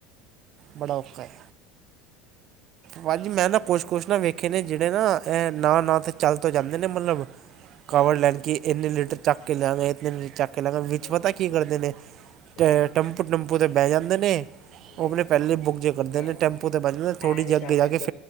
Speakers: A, on the right; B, on the left.
A: ਬੜਾ ਔਖਾ ਹੈ ਭਾਜੀ ਮੈਂ ਨਾ ਕੁਛ ਕੁਛ ਨਾ ਵੇਖੇ ਨੇ ਜਿਹੜੇ ਨਾ ਇਹ ਨਾ ਨਾ ਤੇ ਚੱਲ ਤੋਂ ਜਾਂਦੇ ਨੇ ਮਤਲਬ
B: ਹੂੰ
A: ਕਵਰ ਲੈਨ ਕੀ ਇੰਨੀ ਲੀਟਰ
B: ਹੂੰ
A: ਚੱਕ ਕੇ ਲਿਆਂਗੇ ਇਤੇ ਲੀਟਰ ਚੈੱਕ ਕਹਿ ਲਾਂ ਵਿੱਚ
B: ਹੂੰ
A: ਪਤਾ ਕੀ ਕਰਦੇ ਨੇ
B: ਹੂੰ
A: ਟੰਪੂ ਟੰਪੂ ਤੇ ਬਹਿ ਜਾਂਦੇ ਨੇ
B: ਨਹੀਂ
A: ਉਹ ਆਪਣੇ
B: ਨਹੀਂ
A: ਪਹਿਲੇ ਬੁੱਕ ਜੇ ਕਰਦੇ
B: ਨਹੀਂ
A: ਨੇ ਟੈਂਪੂ ਤੇ ਬਦੇ ਥੋੜ੍ਹੀ
B: ਐ ਨਹੀਂ
A: ਜਿਹੀ ਅੱਗੇ
B: ਕਰ
A: ਜਾ
B: ਸਕਦੇ
A: ਕੇ